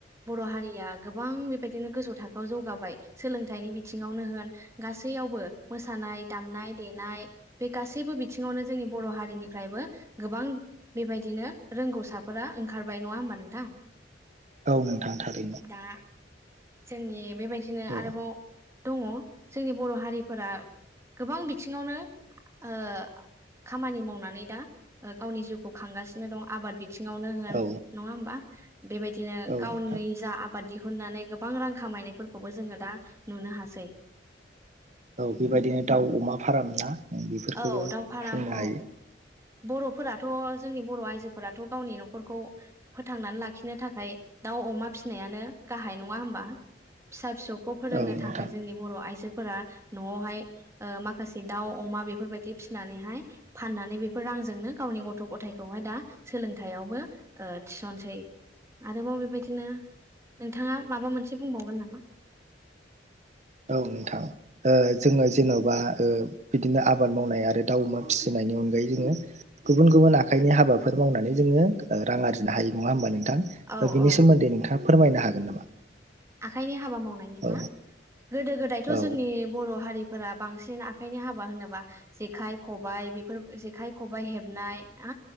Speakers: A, on the right (about 15°); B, on the right (about 40°).
A: बर' हारिया गोबां बेबायदिनो गोजौ थाखोआव जौगाबाय। सोलोंथाइनि बि थिङावनो होन गासैयावबो मोसानाय दामनाय-देनाय बे गासैबो बिथिङावनो जोंनि बर' हारिनिफ्रायबो गोबां बेबायदिनो रोंगौसाफोरा ओंखारबाय नङा होमबा नोंथां?
B: औ नोंथां थारैनो
A: दा जोंनि बेबायदिनो
B: औ
A: आरोबाव दङ' जोंनि बर' हारिफोरा गोबां बिथिङावनो ओ खामानि मावनानै दा ओ गावनि जिउखौ खांगासिनो दं आबाद बि थिंङावनो होन
B: औ
A: नङा होमबा बेबायदिनो
B: औ
A: गावनि
B: नोंथां
A: जा आ बाद दिहुननानै गोबां रां खामायनायफोरखौबो जोङो दा नुनो हासै।
B: औ बेबायदिनो दाउ-अमा फार्म ना बेफोरखौबो
A: औ
B: बुंनो
A: दाउ फाराम औ
B: हायो।
A: बर'फोराथ' जोंनि बर' आइजोफोराथ' गावनि न'खरखौ फोथांनानै लाखिनो थाखाय दाउ अमा फिसिनायानो गाहाय नङा होमबा फिसा फिसौ खौ फोरोंनो
B: औ नोंथां
A: थाखाय जोंनि बर' आइजोफोरा न'आवहाय ओ माखासे दाउ अमा बेफोरबायदि फिनानैहाय फाननानै बे फोर रांजोंनो गावनि गथ'-गथायखौहाय दा सोलोंथायावबो ओ थिसनसै। आरोबाव बेबायदिनो नोंथाङा माबा मोनसे बुंबावगोन नामा?
B: <inaudible> औ नोंथां ओ जोङो जेन'बा ओ बिदिनो आबाद मावनाय आरो दाउ अमा फिसिनाय नि अनगायै जोङो गुबुन गुबुन आखाइनि हाबाफोर मावनानै जोङो ओ रां आरजिनो हायो नङा होमबा नों थां
A: औ
B: बिनि
A: औ
B: सोमोन्दै नोंथाङा फोरमायनो हागोन नामा?
A: आखाइनि हाबा मावनाय <unintelligible>
B: औ
A: ना गोदो गोदायथ'
B: औ
A: जोंनि बर' हारि फोरा बांसिन आखाइनि हाबा होनोबा जेखाइ खबाइ बेफोर जेखाइ खबाइ हेबनाय ना?